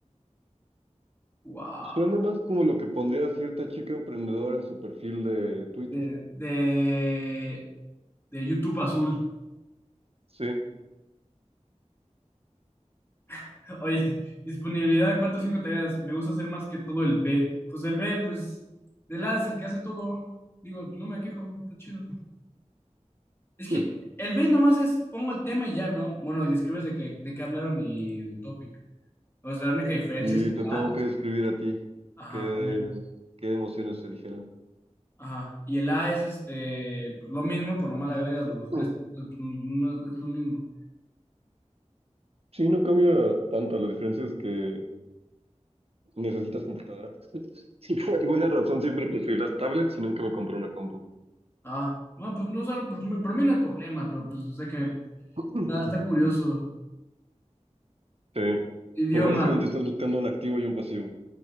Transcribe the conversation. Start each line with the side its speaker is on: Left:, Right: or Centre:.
Left: Wow.
Right: Suena más como lo que pondría cierta chica emprendedora en su perfil de Twitter.
Left: De, de, de YouTube Azul.
Right: Sí. <clears throat>
Left: <laughs> Oye, disponibilidad de cuatro o cinco tareas. Me gusta hacer más que todo el B. Pues el B, pues, del A es el que hace todo. Digo, no me quejo, está chido. Es que
Right: <laughs>
Left: el B nomás es pongo el tema y ya, ¿no? Bueno, y describes de qué, de qué hablaron y el topic. O sea, la única diferencia
Right: Y
Left: es que
Right: te tengo
Left: la
Right: que describir a ti.
Left: ajá
Right: ¿Qué,
Left: el
Right: qué emociones se dijeron?
Left: Ajá. Y el A es este, pues lo mismo, por nomás le agregas los
Right: <clears throat>
Left: de estos, pues, pues, no es, es lo mismo.
Right: Sí, no cambia tanto. La diferencia es que necesitas computadora. <laughs> Sí, por alguna razón siempre preferí las tablets y nunca me compré una compu.
Left: Ah, bueno, pues no sé, pues, me- para mí no hay problema, pero pues sé que
Right: <clears throat>
Left: está, está
Right: Ujú.
Left: curioso.
Right: Sí.
Left: Idioma,
Right: Pero básicamente estás buscando un activo y un pasivo.